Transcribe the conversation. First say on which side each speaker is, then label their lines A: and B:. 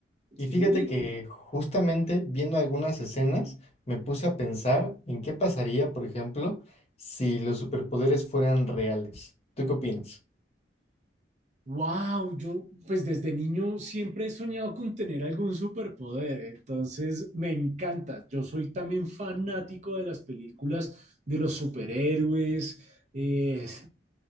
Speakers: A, on the left (about 35°); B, on the right (about 40°).
A: y
B: sí.
A: fíjate que justamente viendo algunas escenas me puse a pensar en qué pasaría, por ejemplo, si los superpoderes fueran reales. ¿Tú qué opinas?
B: Wow, yo pues desde niño siempre he soñado con tener algún superpoder, entonces me encanta. Yo soy también fanático de las películas de los superhéroes, eh,